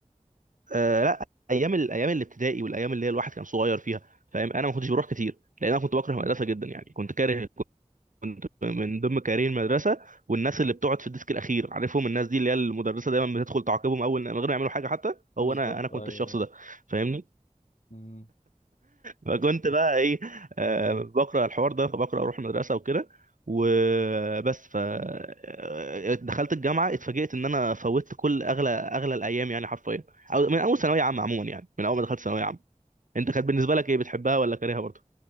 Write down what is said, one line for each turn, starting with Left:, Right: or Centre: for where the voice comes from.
Right: آه لا ايام الايام الابتدائي والايام اللي هي الواحد كان صغير فيها فاهم انا ما كنتش بروح كتير لان انا كنت بكره المدرسه جدا يعني كنت كاره كنت من ضمن كارهين المدرسه والناس اللي بتقعد في الديسك الاخير عارفهم الناس دي اللي هي المدرسه دايما بتدخل تعاقبهم اول من غير ما يعملوا حاجه حتى
Left: بالظبط
Right: هو انا انا كنت
Left: ايوه
Right: الشخص
Left: ايوه
Right: ده فاهمني
Left: مم.
Right: فكنت بقى ايه آه، بقرا الحوار ده فبقرا اروح المدرسه وكده وبس ف آه، دخلت الجامعه اتفاجئت ان انا فوتت كل اغلى اغلى الايام يعني حرفيا أو من اول ثانويه عامه عموما يعني من اول ما دخلت ثانويه عامه انت كانت بالنسبه لك ايه بتحبها ولا كارهها برضه